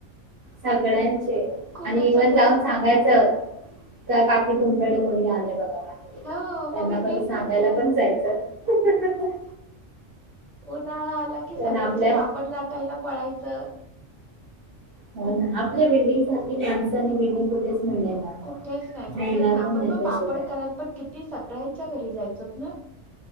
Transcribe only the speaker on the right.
सगळ्यांचे.
आणि इव्हन
जाऊन
सांगायच त, काकी तुमच्याकडे कोणी आलय बघा.
त्यांना
परत
सांगायला
पण जायचं. <unintelligible>
तर
आपल्या
हो ना, आपल्या बिल्डिंग सारखी माणसं आणि बिल्डिंग, कुठेच मिळले नाही. आता
मिळणार
पण
तसे